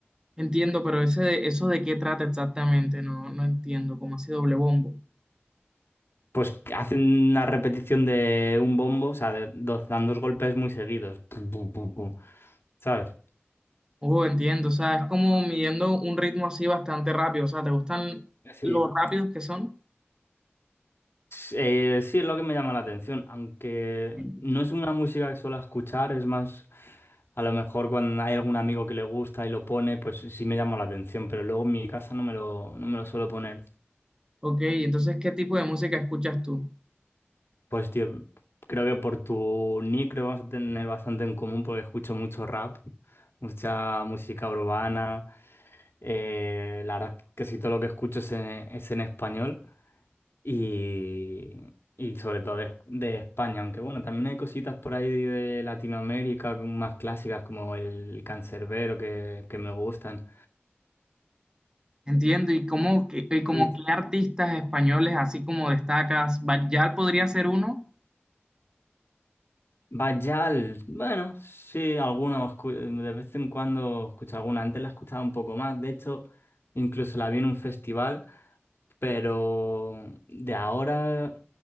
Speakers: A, on the right; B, on the left.
A: Entiendo, pero ese de, eso de qué trata exactamente, no, no entiendo, cómo así doble bombo.
B: Pues que hacen una repetición de un bombo, o sea, de- dos- dan dos golpes muy seguidos. Pum, pum, pum, pum, ¿sabes?
A: Oh, entiendo, o sea, es como midiendo un ritmo así bastante rápido, o sea, ¿te gustan
B: Sí.
A: los rápidos que son?
B: Eh, sí, es lo que me llama la atención, aunque
A: Sí.
B: no es una música que suelo escuchar, es más, a lo mejor cuando hay algún amigo que le gusta y lo pone, pues sí me llama la atención, pero luego en mi casa no me lo, no me lo suelo poner.
A: Ok, entonces, ¿qué tipo de música escuchas tú?
B: Pues tío, creo que por tu nick creo que vamos a tener bastante en común porque escucho mucho rap, mucha música urbana, eh, la verdad es que casi todo lo que escucho es en, es en español. Y, y sobre todo de, de España, aunque bueno, también hay cositas por ahí de de Latinoamérica más clásicas como el cancerbero que, que me gustan.
A: Entiendo, y cómo, que- y como
B: Y
A: qué artistas españoles así como destacas, ¿Bayal podría ser uno?
B: Bayal, bueno, sí, algunos escu- de vez en cuando escucho alguna, antes la escuchaba un poco más, de hecho, incluso la vi en un festival, pero de ahora